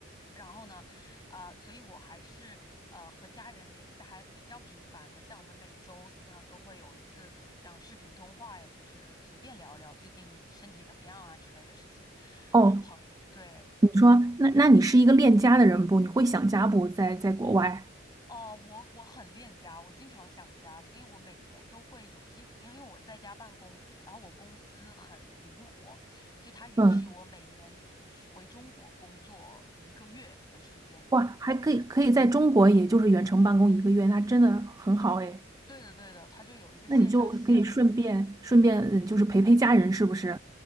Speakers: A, on the left; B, on the right.
A: 然后呢，呃，所以我还是呃和家人联系的还比较频繁的，像我们每周基本上都会有一次这样视频通话呀，就是随便聊聊最近身体怎么样啊之类的事情。
B: 哦，
A: 然后朋，对，
B: 你说，那那你是一个恋家的人不？你会想家不？在在国外？
A: 哦，我我很恋家，我经常想家，所以我每年都会有机会，因为我在家办公，然后我公司很灵活，就它允许我每年去回中国工作一个月的时间。
B: 嗯，哇，还可以可以在中国，也就是远程办公一个月，那真的很好哎。
A: 对的，对的，它就有一个线上系统。
B: 那你就可以顺便顺便呃就是陪陪家人，是不是？